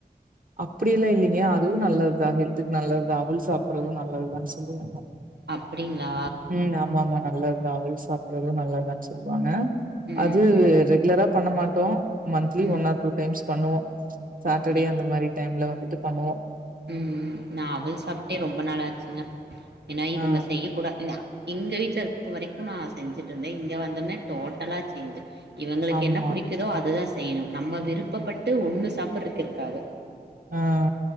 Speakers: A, on the right; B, on the right.
A: அப்டில்லா இல்லைங்க அதுவும் நல்லதுதா ஹெல்த்துக்கு நல்லதுதா அவுல் சாப்பறதும் நல்லதுதான் சொல்லுவாங்க
B: அப்டிங்கிளா
A: ம் ஆமா ஆமா நல்லது தா அவுல் சாப்பறதும் நல்லதுதான் சொல்லுவாங்க
B: ம்,
A: அது
B: ம்.
A: ரெகுலரா பண்ண மாட்டோம் மந்த்லி
B: ம்.
A: ஒன் ஆர் டூ டைம்ஸ் பண்ணுவோம் சாட்டடே
B: அப்படிங்
A: அந்த மாரி டைம்ல வந்துட்டு பண்ணுவோம்
B: ம் ம் நா அவுல் சாப்ட்டே ரொம்ப நாளாச்சிங்க ஏனா இவங்க
A: ஆ
B: செய்ய கூடா இ எங்க வீட்ல இப்ப வரைக்கும் நா செஞ்சிட்டு இருந்தே இங்க வந்தொன்னே டோட்டலா சேஞ்சி இவங்களுக்கு
A: ஆமா.
B: என்ன புடிக் கிதோ அதுதா செய்னும் நம்ம விருப்பட்டு ஒண்ணு சாப்பறக்கு இருக்காது
A: ஆ